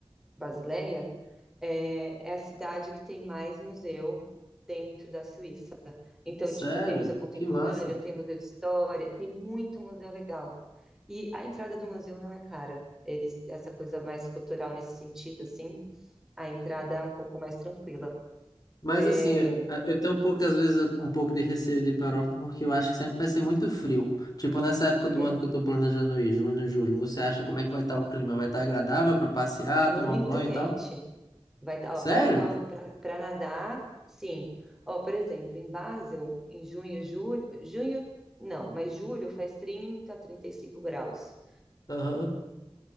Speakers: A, in the centre; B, on the left.
A: Basileia, é, é a cidade que tem mais museu dentro da Suíça. Então,
B: Sério?
A: tipo, tem museu contemporâneo,
B: Que massa.
A: tem museu de história, tem muito museu legal. E a entrada do museu não é cara. Eles, essa coisa mais cultural nesse sentido, assim, a entrada é um pouco mais tranquila.
B: Mas assim,
A: É,
B: eu, eu tenho poucas vezes um pouco de receio de ir pra Europa porque eu acho que sempre vai ser muito frio. Tipo, nessa época do
A: hum,
B: ano que eu tô planejando ir, junho, julho, você acha como é que vai estar o clima? Vai estar agradável para passear,
A: Muito
B: tomar um banho
A: quente.
B: e tal?
A: Vai estar,
B: Sério?
A: para tomar, para nadar, sim. Ó, por exemplo, em Basel, em junho, julho, junho, não, mas julho faz trinta, trinta e cinco graus.
B: Aham,